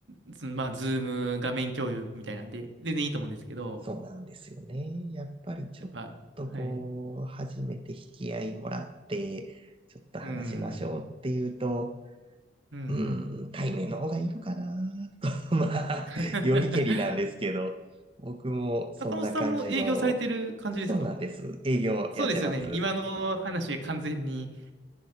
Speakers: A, on the right (about 85°); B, on the right (about 30°).
A: ズまあ、ズーム画面共有みたいなんで、全然いいと思うんですけど、
B: そうなんですよね。やっぱりちょっとこう、
A: やっぱ、はい。
B: 初めて引き合いもらって、ちょっと話しましょうっていうと、
A: うん。うん。
B: うーん、対面の方がいいのかな。<laughs> まあ、
A: <laughs>
B: よりけりなんですけど、僕もそんな感じの、
A: 高本さんも営業されてる感じですか
B: そうなんです。営業やってます。
A: そうですよね。今の話、完全に